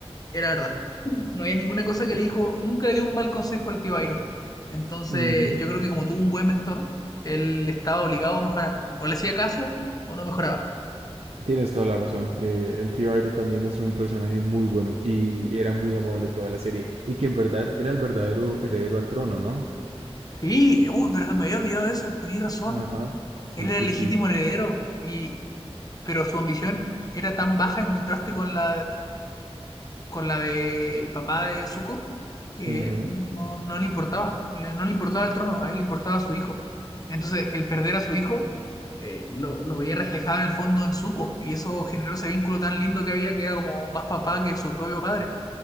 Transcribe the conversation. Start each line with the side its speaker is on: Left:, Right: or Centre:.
Left: era verdad. No había ninguna cosa
Right: Sí.
Left: que le dijo, nunca le dio un mal consejo al tío Airo. Entonces,
Right: Ujú.
Left: yo creo que como tuvo un buen mentor, él estaba obligado a mejorar. O le hacía caso o no mejoraba.
Right: Tienes toda la razón. Eh, el tío Airo también es un personaje muy bueno y era muy amable toda la serie. Y que en verdad era el verdadero heredero al trono, ¿no?
Left: Sí, uy, pero me había olvidado de eso, tenías razón.
Right: Ajá. Sí,
Left: Él
Right: sí,
Left: era el legítimo
Right: sí.
Left: heredero y, pero su ambición era tan baja en contraste con la, con la del papá de Zuko que
Right: Ujú.
Left: no, no le importaba, le- no le importaba el trono, a él le importaba su hijo. Entonces, el perder a su hijo eh, lo, lo veía reflejado en el fondo en Zuko y eso generó ese vínculo tan lindo que había que era como más papá que su propio padre.